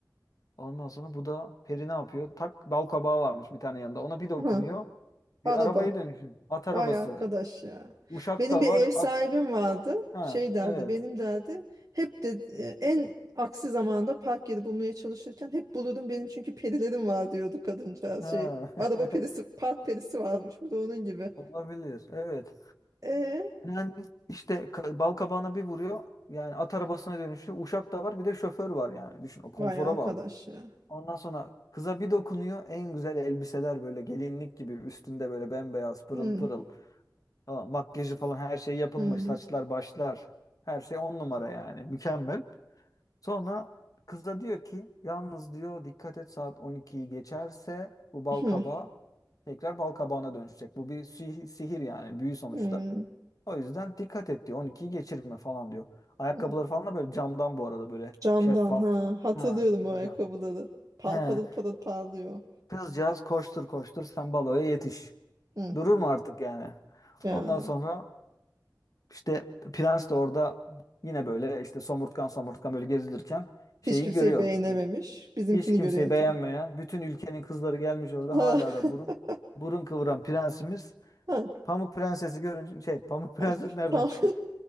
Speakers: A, on the left; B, on the right.
A: Ondan sonra bu da peri ne yapıyor? Tak bal kabağı varmış bir tane yanında. Ona bir dokunuyor.
B: Ha.
A: Bir
B: Araba.
A: arabaya dönüşüyor. At arabası.
B: Vay arkadaş ya.
A: Uşak
B: Benim
A: da
B: bir
A: var.
B: ev sahibim
A: At.
B: vardı.
A: Ha,
B: Şey derdi,
A: evet.
B: benim derdi. Hep de e, en aksi zamanda park yeri bulmaya çalışırken hep bulurdum benim çünkü perilerim var diyordu kadıncağız
A: Ha.
B: şey. Araba
A: <laughs>
B: perisi, park perisi varmış. Bu da onun gibi.
A: Olabilir. Evet.
B: E
A: Yani işte ka- bal kabağına bir vuruyor. Yani at arabasına dönüşüyor. Uşak da var. Bir de şoför var yani. Düşün o konfora
B: vay arkadaş
A: bak.
B: ya.
A: Ondan sonra kıza bir dokunuyor. En güzel elbiseler böyle gelinlik gibi üstünde böyle bembeyaz pırıl
B: Hmm,
A: pırıl. Tamam, makyajı falan her şey yapılmış.
B: hmm,
A: Saçlar, başlar. Her şey on numara yani. Mükemmel. Sonra kız da diyor ki yalnız diyor dikkat et saat 12'yi geçerse bu bal
B: hmm,
A: kabağı tekrar bal kabağına dönüşecek. Bu bir si- sihir yani büyü sonuçta.
B: hmm,
A: O yüzden dikkat et diyor 12'yi geçirme falan diyor. Ayakkabıları
B: hmm.
A: falan da böyle camdan bu arada böyle
B: Camdan
A: şeffaf.
B: ha hatırlıyorum
A: Ha, güzel.
B: o ayakkabıları. Par,
A: He,
B: parıl parıl parlıyor.
A: kızcağız koştur koştur sen baloya yetiş.
B: Hmm,
A: Durur mu artık yani?
B: yani
A: Ondan sonra İşte prens de orada yine böyle işte somurtkan somurtkan böyle gezilirken
B: hiç
A: şeyi
B: kimseyi
A: görüyor.
B: beğenememiş. Bizimkini
A: Hiç kimseyi
B: görüyor
A: beğenmeyen,
B: tabii.
A: bütün ülkenin kızları gelmiş orada
B: <laughs>
A: hala da burun burun kıvıran prensimiz
B: Ha. <laughs>
A: Pamuk Prensesi görünce şey Pamuk <laughs> Prenses
B: Ay,
A: nereden
B: tamam.
A: çıktı?